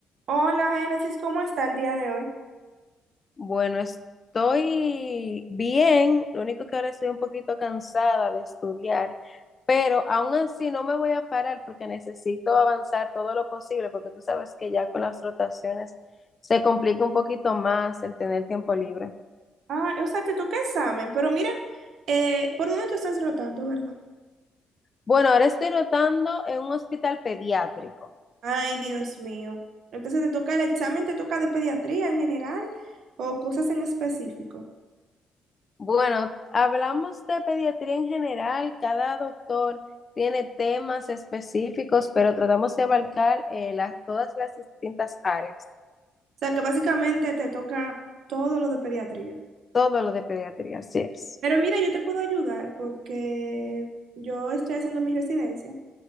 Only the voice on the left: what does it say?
Bueno, estoy bien, lo único que ahora estoy un poquito cansada de estudiar, pero aún así no me voy a parar porque necesito avanzar todo lo posible, porque tú sabes que ya con las rotaciones se complica un poquito más el tener tiempo libre.
Bueno, ahora estoy rotando en un hospital pediátrico.
Bueno, hablamos de pediatría en general, cada doctor tiene temas específicos, pero tratamos de abarcar eh, las- todas las distintas áreas.
Todo lo de pediatría, así es.